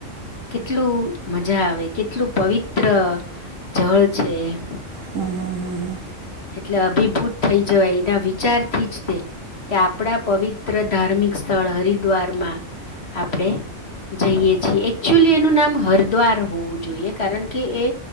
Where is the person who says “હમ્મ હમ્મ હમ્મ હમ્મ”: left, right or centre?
Right